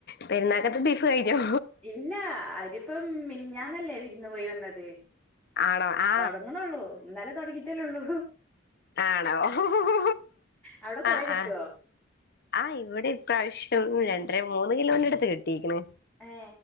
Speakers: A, on the left; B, in the centre.
A: പെരുന്നാകത്തേ ബീഫ് കഴിഞ്ഞോ
B: ഇല്ലാ അയിനിപ്പം മിഞ്ഞാന്നല്ലേ വിരുന്ന് പോയി വന്നത്
A: ആണോ ആ
B: തുടങ്ങണള്ളൂ ഇന്നലെ തുടങ്ങിട്ടല്ലേ ഉള്ളൂ
A: ആണോ ഹു.. ഹു..
B: അവിടെ കൊറേ
A: ആ
B: കിട്ടുവോ
A: ആഹ്‌ ഇവിടെ ഇപ്രാവശ്യം രണ്ടര മൂന്ന് കിലോന്റെ അടുത്ത് കിട്ടീക്കണ്
B: ഏ